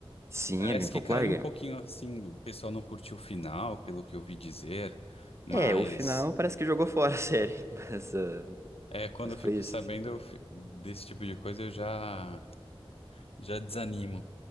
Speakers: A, on the right (about 30°); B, on the left (about 75°).
A: Sim,
B: Parece
A: é bem popular,
B: que caiu
A: game.
B: um pouquinho assim, o pessoal não curtiu o final, pelo que eu ouvi dizer, mas
A: É, o final parece que jogou <laughs> fora a série, <laughs> mas, ah,
B: é, quando
A: mas
B: eu
A: foi
B: fico
A: isso,
B: sabendo
A: assim.
B: eu fi- desse tipo de coisa, eu já já desanimo.